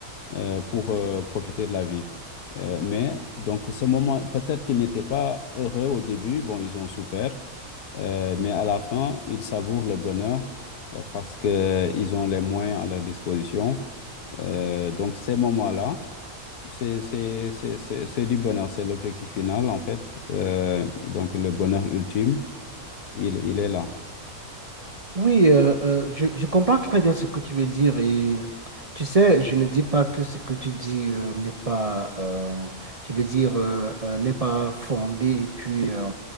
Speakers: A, on the left; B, on the right.
A: euh, pour euh, profiter de la vie. Euh, mais donc ce moment, peut-être qu'ils n'étaient pas heureux au début, bon, ils ont souffert, euh, mais à la fin, ils savourent le bonheur euh, parce qu'ils ont les moyens à leur disposition. Euh, donc ces moments-là, c'est c'est- c'est- c'est- c'est du bonheur, c'est l'objectif final en fait. Euh, donc le bonheur ultime, il, il est là.
B: Oui, euh, euh, je, je comprends très bien ce que tu veux dire et tu sais, je ne dis pas que ce que tu dis euh, n'est pas, euh, je veux dire, euh, euh, n'est pas fondé. Et puis, euh,